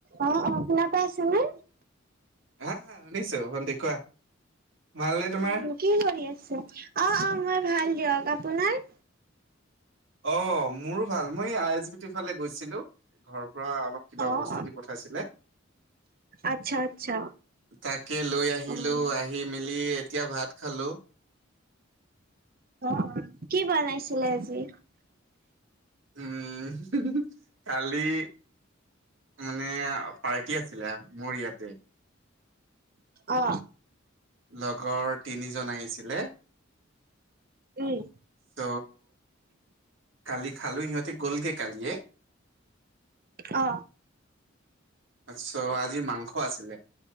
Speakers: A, on the right (about 50°); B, on the right (about 70°).
A: অ, অ শুনা পাই, আছে নে?
B: হা, হা শুনিছোঁ ভণ্টি কোৱা। ভালনে তোমাৰ
A: উম, কি কৰি আছে? অ, অ মই ভাল দিয়ক আপোনাৰ?
B: অ। মোৰো ভাল মই আই ইছ, বি টি ফালে গৈছিলো ঘৰৰ পৰা অলপ কিবা
A: অ',
B: বস্তু
A: অ',
B: দি পঠাইছিলে।
A: আচ্ছা, আচ্ছা,
B: তাকে লৈ আহিলো
A: অ',
B: আহিলো, আহি মিলি এতিয়া ভাত খালোঁ।
A: অ, কি বনাইছিলে আজি?
B: উম, কালি মানে পাৰ্টি আছিলে, মোৰ ইয়াতে।
A: অ।
B: লগৰ তিনিজন আহিছিলে।
A: উম।
B: চ' কালি খালো, সিহঁতে গ'লগে কালিয়ে।
A: অ।
B: চো, আজি মাংস আছিলে।